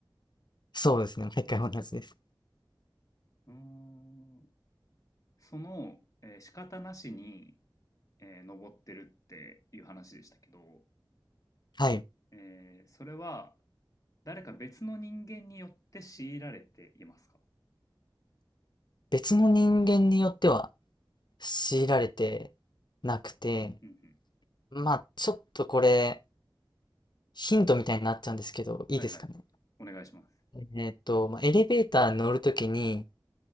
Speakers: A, on the left; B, on the left.
A: そうですね、毎回同じです。
B: うーん、その、えー仕方なしに、えー登ってるっていう話でしたけど、
A: はい。
B: えー、それは誰か別の人間によって強いられていますか
A: 別の人間によっては強いられてなくて、
B: うんうん。
A: まあ、ちょっとこれ、ヒントみたいになっちゃうんですけど、いいですかね。
B: はいはい。お願いします。
A: えっと、まあエレベーターに乗るときに、